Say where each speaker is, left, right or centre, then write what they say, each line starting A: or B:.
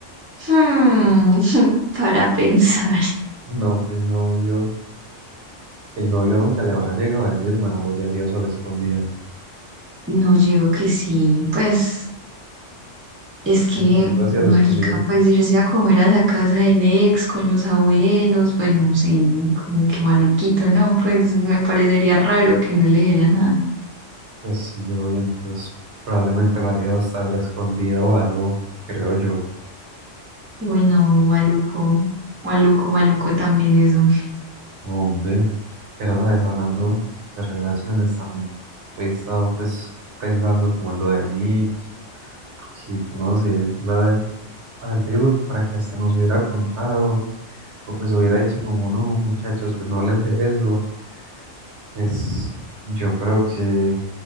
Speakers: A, on the right; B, on the right.
A: hmm, <laughs> para pensar.
B: No, que es novio. El novio nunca le habrá llegado a decir nada o ya hacía eso al escondido.
A: No, llego que sí, pues es que,
B: Él lo hacía
A: marica,
B: al escondido.
A: pues irse a comer a la casa del ex con los abuelos, pues no sé, como que maluquito, ¿no? Pues me parecería raro que no le diera nada.
B: Pues sí, obvio, entonces probablemente lo hacía hasta el escondido o algo, creo yo.
A: Bueno, maluco, maluco, maluco también eso.
B: Hombre, Pero, ¿sabes? Hablando de relaciones también, he estado pues pensando como en lo de Mitch, porque yo no sé, yo la... veo, A ver, yo digo que para que hasta nos hubiera contado, o pues hubiera dicho como, no, muchachos, pues no hablen de eso, pues yo creo que